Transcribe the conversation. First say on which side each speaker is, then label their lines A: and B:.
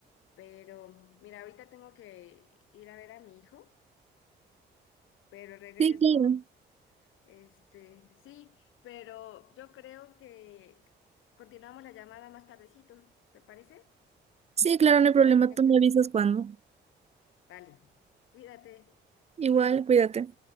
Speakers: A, on the left; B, on the right.
A: Pero mira, ahorita tengo que ir a ver a mi hijo, pero regreso.
B: Sí, claro.
A: Este, sí, pero yo creo que continuamos la llamada más tardecito, ¿te parece?
B: Sí, claro, no hay problema.
A: Para que me
B: Tú
A: cuentes.
B: me avisas cuando.
A: Vale, cuídate.
B: Igual, cuídate.